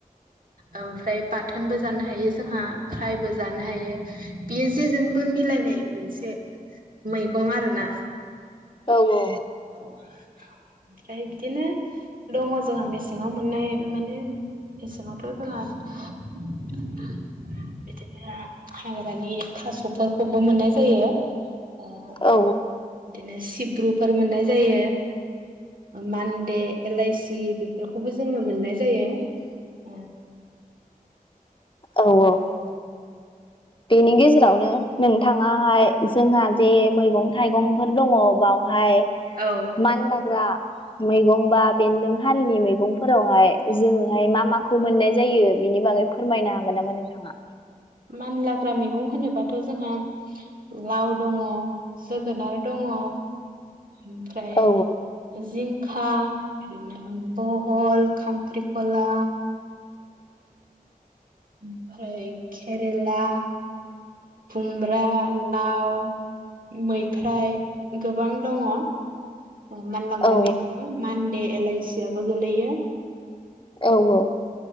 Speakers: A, on the right; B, on the left.
A: ओमफ्राय बाथोनबो जानो हायो जोंहा फ्रायबो जानो हायो। बेयो जेजोंबो मिलायनाय मोनसे मैगं आरो ना।
B: औ औ।
A: औ ओमफ्राय बिदिनो दङ जोंहा मेसेंङाव मोननाय माने मेसेङावथ' जोंहा <unintelligible> बिदिनो मानि थास'फोरखौबो मोननाय जायो ओ बिदिनो
B: औ
A: सिब्रुफोर मोननाय जायो मान्डे एलइसि बेफोरखौबो जोंङो मोननाय जायो ओ
B: औ औ बेनि गेजेरावनो नोंथांङाहाय जोंहा जे मैगं थाइगंफोर दंङो बावहाय
A: औ
B: मान लाग्रा मैगं बा बेन्दों हारिनि मैगंफोरावहाय जोङोहाय मा माखौ मोननाय जायो बिनि बागै फोरमायनो हागोन नामा नोंथाङा
A: मानलाग्रा मैगं होनोबाथाइ जोंहा लाव दङ जोगोनार दंङो ओमफ्राय
B: औ
A: जिंखा ओरैनो बहल खांख्रिखला ओमफाय केेरेला खुम्ब्रा लाव मैफ्राय गोबां दङ। औ मानलांग्रा
B: औ
A: मैगं मानदे एलइसि आबो गोलैयो।
B: औ औ।